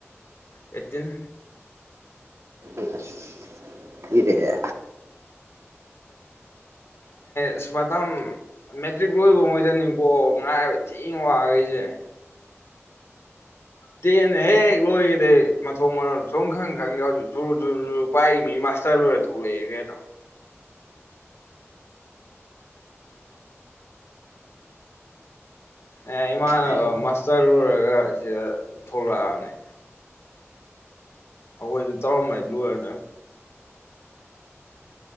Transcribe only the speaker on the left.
ꯑꯦꯠꯇꯤꯟ
ꯏꯁ ꯃꯇꯝ ꯃꯦꯇ꯭ꯔꯤꯛ ꯂꯣꯏꯕꯉꯩꯗꯅꯤꯀꯣ ꯉꯥꯏꯕ ꯊꯤꯅ ꯋꯥꯈꯔꯤꯁꯦ ꯇꯦꯟꯅ ꯍꯦꯛ ꯂꯣꯏꯈꯤꯗꯩ ꯃꯊꯣꯡ ꯃꯔꯝ ꯁꯨꯝꯈꯪ ꯈꯪꯗꯦ ꯍꯧꯖꯤꯀ ꯖꯔꯨ ꯖꯔꯨ ꯄꯥꯏ ꯃꯤ ꯃꯥꯁꯇꯔ ꯂꯣꯏꯔ ꯊꯣꯛꯂꯛꯑꯦ ꯀꯩꯅꯣ ꯑꯦ ꯏꯃꯥꯟꯅꯕ
ꯃꯥꯁꯇꯔ ꯂꯣꯏꯔꯒ ꯁꯤꯗ ꯊꯣꯛꯂꯛꯑꯕꯅꯤ ꯑꯩꯈꯣꯏꯁꯨ ꯇꯔꯝꯃꯖꯤ ꯂꯣꯏꯔꯗꯧꯅꯦ